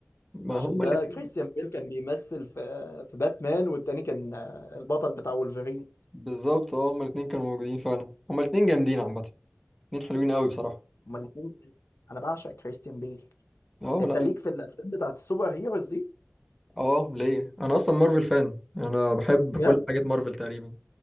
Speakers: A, in the centre; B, on the left (about 85°).
A: ما
B: عشان
A: هما
B: ده
A: الاتنين
B: كريستيان بيل كان بيمثل في في باتمان والتاني كان آه، البطل بتاع وولفرين
A: بالظبط اه هما الاتنين كانوا موجودين فعلا هما الاتنين جامدين عامة اتنين حلوين قوي بصراحة
B: هما الاثنين انا بعشق كريستيان بيل
A: اه
B: انت
A: لا
B: ليك في الافلام بتاعت السوبر هيروز دي
A: اه ليه انا اصلا مارفل فان انا بحب
B: بجد
A: كل حاجه مارفل تقريبا